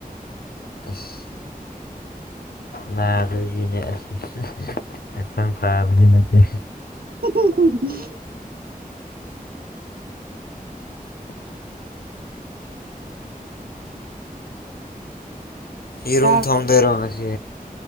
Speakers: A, on the left; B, on the right.
A: ꯑꯁ ꯅꯥꯕꯗꯒꯤꯅꯦ ꯑꯁ ꯍꯛꯆꯥꯡ ꯐꯥꯕꯗꯤ ꯅꯠꯇꯦ
B: ꯆ <unintelligible>
A: ꯌꯦꯔꯨꯝ
B: ꯆꯥꯛ
A: ꯊꯣꯡꯗꯨꯢꯔꯣ ꯉꯁꯤ